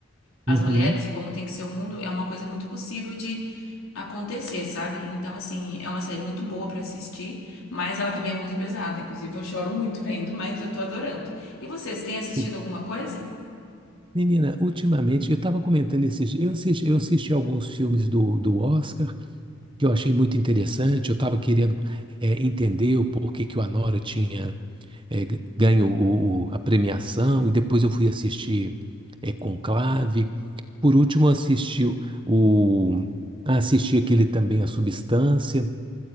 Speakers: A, on the left; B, on the right.
A: às
B: uhum.
A: mulheres e como tem que ser o mundo, é uma coisa muito possível de acontecer, sabe? Então, assim, é uma série muito boa pra assistir, mas ela também é muito pesada. Inclusive, eu choro muito vendo, mas eu tô adorando. E vocês, têm assistido
B: Você
A: alguma coisa?
B: Menina, ultimamente eu estava comentando esses dias, eu assisti, eu assisti alguns filmes do, do Oscar que eu achei muito interessante. Eu estava querendo eh, entender o porquê que o Anora tinha eh, g- ganho o- o- a premiação, e depois eu fui assistir eh, Conclave. Por último, eu assisti o, o- ah, assisti aquele também A Substância.